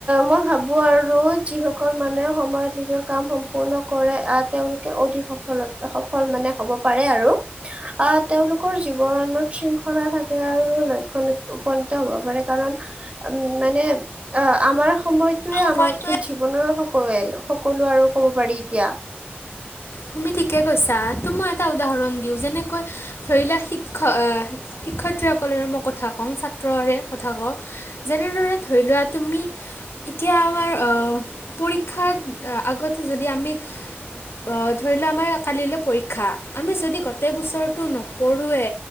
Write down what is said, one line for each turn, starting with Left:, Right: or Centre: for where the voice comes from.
Right: মই ভাবো আৰু যিসকল মানুহে সময়ত নিজৰ কাম সম্পূৰ্ণ কৰে আহ তেওঁলোক অধিক সফলতা সফল মানে হ'ব পাৰে আৰু আহ তেওঁলোকৰ জীৱনত শৃংখ লা থাকে আৰু লক্ষ্য উপনীত হ'ব পাৰে কাৰণ উম মানে আ আমা আমাৰ সময়তোৱে
Left: সময়টোৱে
Right: আমাৰ জীৱনৰ সকলো আৰু কব পাৰি এতিয়া
Left: তুমি ঠিকে কৈছা তু মই এটা উদাহৰণ দিও যেনেকৈ ধৰিলোৱা শিক্ষক আহ শিক্ষয়িত্ৰীসকলৰে মই কথা কওঁ ছাত্ৰৰে কথা কওঁ যেনেদৰে ধৰি লোৱা তুমি এতিয়া আমাৰ আ পৰীক্ষাত আগতে যদি আমি আহ ধৰি লোৱা আমাৰ কালিলৈ পৰীক্ষা আমি যদি গোটেই বছৰটো নপঢ়োৱে